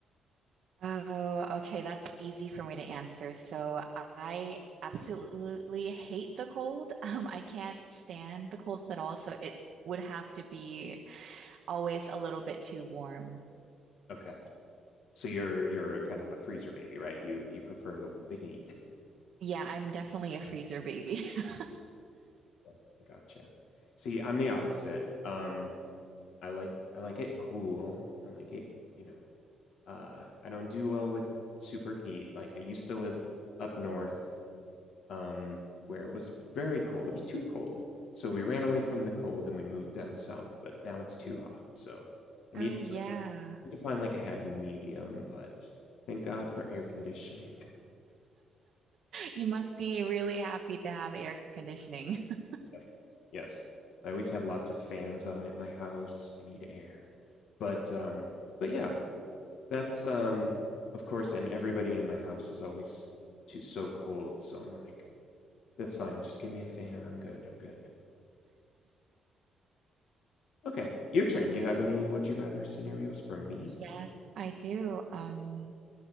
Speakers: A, on the right; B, on the left.
A: Oh, okay, that's easy for me to answer. So I absolutely hate the cold. <laughs> Um, I can't stand the cold at all, so it would have to be always a little bit too warm.
B: Okay. So you're you're a kind of a freezer baby, right? You you prefer the the heat.
A: Yeah, I'm definitely a freezer baby. <laughs>
B: <laughs> Gotcha. See, I'm the opposite. Um, I like I like it cool. I like it, you know. Uh, I don't do well with super heat. Like I used to live up north, um, where it was very cold. It was too cold. So we ran away from the cold and we moved down south, but now it's too hot. So I
A: Oh,
B: need to
A: yeah.
B: find, need to find like a happy medium, but thank God for air conditioning.
A: You must be really happy to have air conditioning. <laughs>
B: Yes. Yes. I always have lots of fans on at my house. I need air. But um but yeah, that's um of course and everybody in my house is always too so cold, so I'm like, that's fine, just give me a fan. I'm good. I'm good. <laughs> okay. Your turn. You have any would you rather scenarios for me?
A: Yes, I do. Um,